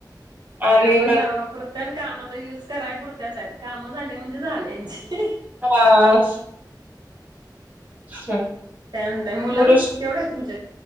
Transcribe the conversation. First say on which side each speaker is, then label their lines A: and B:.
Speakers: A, on the right; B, on the right.
A: आणि
B: आपण
A: नंतर
B: नावापुरत त्या कामाचा यूज कराय पुरत्याच आहेत काम झाले म्हणजे झाले ह्यांची
A: हा <inaudible>
B: काय म्हणताय मुलं
A: पुरुष
B: केवढं आहे तुमचे